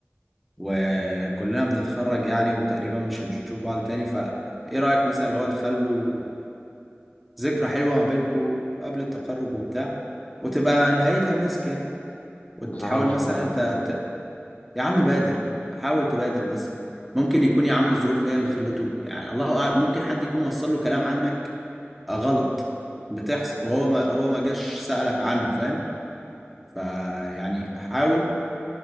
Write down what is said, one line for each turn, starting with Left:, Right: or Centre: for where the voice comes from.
Centre: وكلنا بنتخرج يعني وتقريبا مش هنشوف بعض تاني فإيه رأيك مثلا لو تخلوا ذكرى حلوة ما بينكوا قبل التخرج وبتاع وتبقى نهايتها مسك يعني وتحاول
Left: بصراحه مش
Centre: مثلا
Left: مهتم
Centre: أنت ت... يا عم بادر حاول تبادر مثلا ممكن يكون يا عم الظروف هي اللي خلته يعني الله أعلم ممكن حد يكون وصل له كلام عنك غلط بتحصل وهو ما هو ما جاش سألك عنه فاهم فيعني حاول